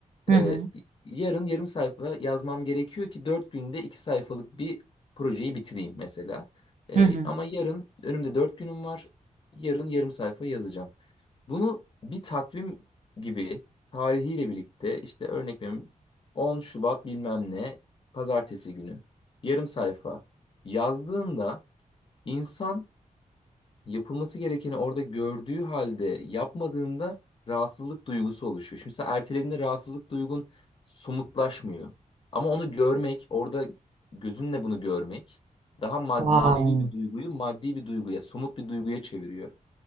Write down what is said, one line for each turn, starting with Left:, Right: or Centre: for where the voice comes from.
Right: Hı
Left: E,
Right: hı.
Left: yarın yarım sayfa yazmam gerekiyor ki dört günde iki sayfalık bir projeyi bitireyim mesela. E,
Right: Hı hı.
Left: ama yarın önümde dört günüm var. Yarın yarım sayfa yazacağım. Bunu bir takvim gibi tarihiyle birlikte işte örnek veriyorum 10 Şubat bilmem ne pazartesi günü yarım sayfa yazdığında insan yapılması gerekeni orada gördüğü halde yapmadığında rahatsızlık duygusu oluşuyor. Şimdi sen ertelediğinde rahatsızlık duygun somutlaşmıyor. Ama onu görmek, orada gözünle bunu görmek daha ma-
Right: Wow.
Left: manevi bir duyguyu maddi bir duyguya, somut bir duyguya çeviriyor.